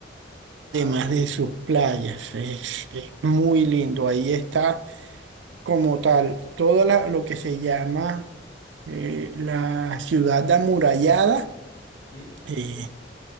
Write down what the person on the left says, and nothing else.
Ah,
perfecto.
Sí, sí,
sí.